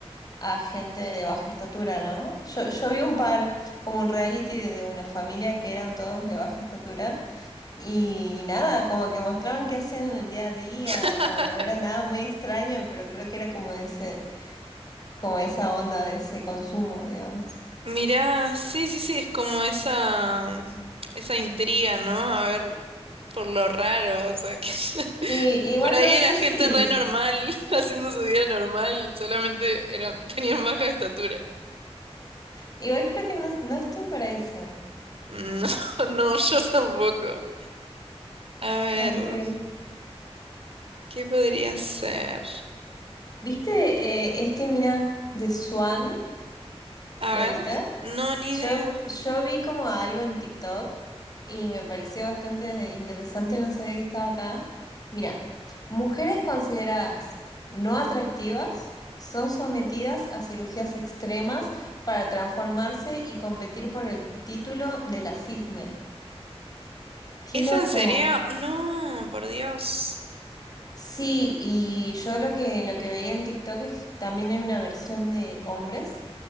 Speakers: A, on the left; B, on the right.
A: a gente de baja estatura, ¿no? Yo, yo vi un par, como un reality de, de una familia que eran todos de baja estatura y, nada, como que mostraban qué hacían en el día a día,
B: <laughs>
A: como que no era nada muy extraño, pero creo que era como ese como esa onda, ese consumo, digamos.
B: Mirá, sí, sí, sí, es como esa,
A: Mm.
B: esa intriga, ¿no? A ver, por lo raro, o sea, que... <laughs>
A: Sí, igual
B: Por ahí
A: no sé
B: era gente
A: si,
B: re normal, <laughs> haciendo su vida normal, solamente eran, tenían baja estatura.
A: igual creo que no, no estoy para eso.
B: No, <laughs> no, yo tampoco. A ver,
A: Aunque,
B: ¿qué podría ser?
A: ¿viste eh, este, mira, de Swan?
B: A
A: ¿Lo
B: ver,
A: viste?
B: no, ni
A: Yo,
B: idea.
A: yo vi como algo en TikTok y me pareció bastante interesante, no sabía que estaba acá. Mira, mujeres consideradas no atractivas son sometidas a cirugías extremas para transformarse y competir por el título de la cisne. ¡Qué
B: ¿Es
A: loco!
B: en serio? No, por Dios.
A: Sí, y yo lo que, lo que veía en TikTok es que también hay una versión de hombres.